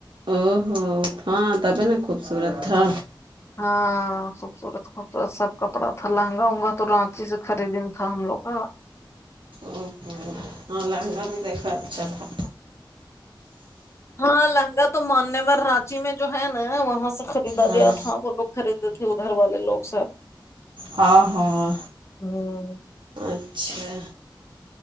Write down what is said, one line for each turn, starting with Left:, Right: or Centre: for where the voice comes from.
Right: او ہوو تھا ت پ ن خوبصورت تھا
Left: ہاں خوبصورت خوبصورت سب کپڑا تھا لہنگا انگا تو رانچی سے خرید میں تھا ہم لوگ کا
Right: او ہ ہاں لہنگا بھی دیکھا اچھا تھا
Left: ہاں لہنگا تو ماننے وال رانچی میں جو ہے نا وہاں سے خریدا
Right: ہاں
Left: گیا تھا وہ لوگ خریدے تھے ادھر والے لوگ سب
Right: ہ ہاں
Left: ہوں
Right: اچھا